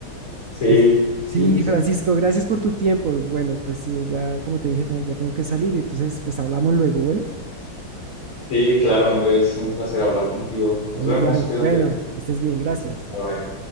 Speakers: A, on the left; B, on the right.
A: sí,
B: Pues
A: sí,
B: sí,
A: sí.
B: Francisco, gracias por tu tiempo. Bueno, pues sí, ya como te dije, te- ya tengo que salir
A: Sí,
B: y entonces pues hablamos luego. Bueno,
A: Sí, claro, Andrés, un placer hablar contigo. Nos
B: igual.
A: vemos, cuídate.
B: Bueno, que estés bien, gracias.
A: Bye bye.